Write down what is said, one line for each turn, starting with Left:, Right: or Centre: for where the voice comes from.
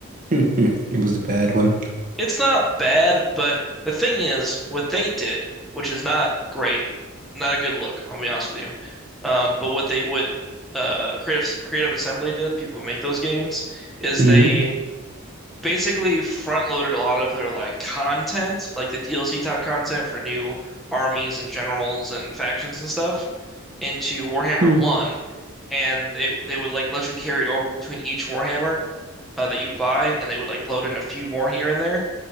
Right: Hmm, hmm, It was the bad one.
Centre: It's not bad, but the thing is what they did, which is not great, not a good look, I'll be honest with you. Um, but what they what uh Creative Creative Assembly did, people who make those games, is
Right: Mm-hmm.
Centre: they basically front loaded a lot of their like content, like the DLC type content for new armies and generals and factions and stuff into Warhammer
Right: hmm
Centre: 1 and they they would like let you carry it over between each Warhammer uh, that you buy and they would like load in a few more here and there.